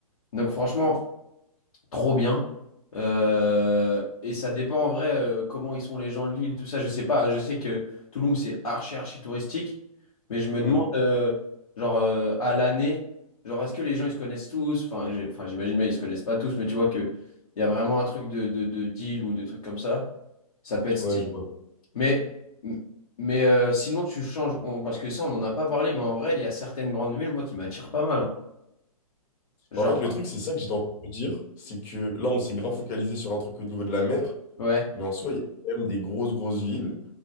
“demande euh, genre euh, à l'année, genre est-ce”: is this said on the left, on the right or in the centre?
Left